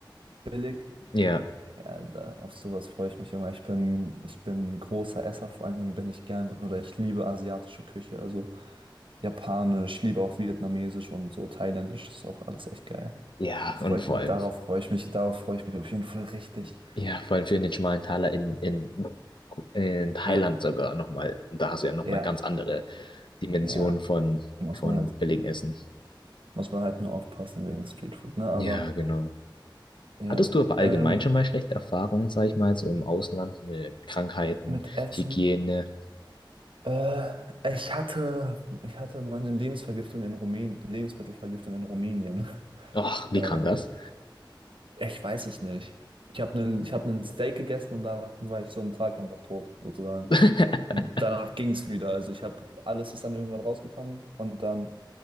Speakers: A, on the right; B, on the left.
A: billig.
B: Ja,
A: Ja, da, auf sowas freue ich mich immer. Ich bin, ich bin ein großer Esser, vor allen Dingen bin ich gern oder ich liebe asiatische Küche, also japanisch, ich liebe auch vietnamesisch und so thailändisch ist auch alles echt geil.
B: ja,
A: Freue
B: und
A: ich
B: vor
A: mich,
B: allem.
A: darauf freue ich mich, darauf freue ich mich auf jeden Fall richtig.
B: Ja, vor allem für den schmalen Taler in, in, in Thailand
A: Ja,
B: sogar nochmal. Da hast du ja nochmal
A: ja.
B: ganz andere Dimensionen
A: Ja,
B: von,
A: muss
B: von
A: man halt,
B: billigem Essen.
A: muss man halt nur aufpassen wegen Streetfood, ne? Aber
B: Ja, genau.
A: ja,
B: Hattest du aber allgemein
A: ähm,
B: schon mal schlechte Erfahrungen, sag ich mal, so im Ausland mit Krankheiten,
A: mit Essen.
B: Hygiene?
A: Äh, ich hatte, ich hatte meine Lebensvergiftung in Rumänien, Lebensmittelvergiftung in Rumänien. <laughs>
B: Och, wie
A: Ähm,
B: kam das?
A: ja ich weiß es nicht. Ich habe einen, ich habe einen Steak gegessen und danach war ich so einen Tag einfach tot, sozusagen.
B: <laughs>
A: Und danach ging es wieder. Also ich habe, alles ist dann irgendwann rausgekommen und dann